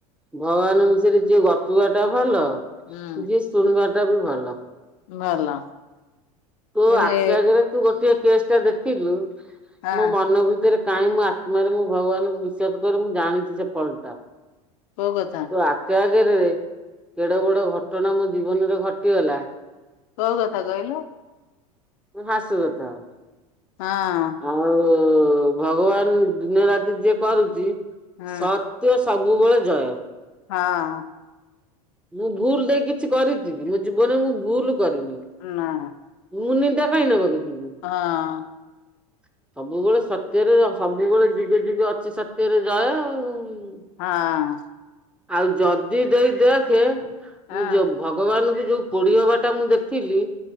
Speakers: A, in the centre; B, on the left.
A: ଭଗବାନଙ୍କ
B: ହୁଁ
A: ବିଷୟରେ ଯିଏ ଗପିବା ଟା ଭଲ
B: ହୁଁ
A: ଯିଏ ଶୁଣିବା ଟା ବି ଭଲ।
B: ଭଲ
A: ତୋ
B: ହେଲେ
A: ଆଖି ଆଗରେ ତୁ ଗୋଟେ କେସଟା ଦେଖିଲୁ
B: ହଁ
A: ମୋ ମନ ଭିତରେ କାହିଁ ମୋ ଆତ୍ମାରେ ମୁଁ ଭଗବାନଙ୍କୁ ବିଶ୍ବାସ କରେ ମୁଁ ଜାଣିଛି ସେ ଫଲ ଟା।
B: କୋଉ କଥା?
A: ତ ଆଖି ଆଗରେରେ କେଡେ ବଡ ଘଟଣା ମୋ ଜୀବନରେ ଘଟିଗଲା
B: କୋଉ କଥା କହିଲୁ?
A: <unintelligible>
B: ହଁ।
A: ଆଉ ଭଗବାନ୍ ଦିନରାତି ଯିଏ କରୁଚି,
B: ହଁ
A: ସତ୍ୟ ସବୁବେଳେ ଜୟ।
B: ହଁ।
A: ମୁଁ ଭୁଲ ଟାଏ କିଛି କରିଚି କି, ମୋ ଜୀବନରେ ମୁଁ ଭୁଲ କରିନି।
B: ନାଁ।
A: ମୁଁ ନିନ୍ଦା କାଇଁ ନବାକୁ ଯିବୁ।
B: ହଁ।
A: <inaudible> ସବୁବେଳେ ସତ୍ୟରେ ଅ ସବୁବେଳେ ଯୁଗେ ଯୁଗେ ଅଛି ସତ୍ୟରେ ଜୟ ଆଉ।
B: ହାଁ।
A: ଆଉ ଯଦି ଦେଇ ଦେଖେ,
B: ହଁ
A: ମୁଁ ଯୋଗ୍ ଭଗବାନଙ୍କୁ ଯୋଉ ପୋଡି ହବାଟା ମୁଁ ଦେଖିଲି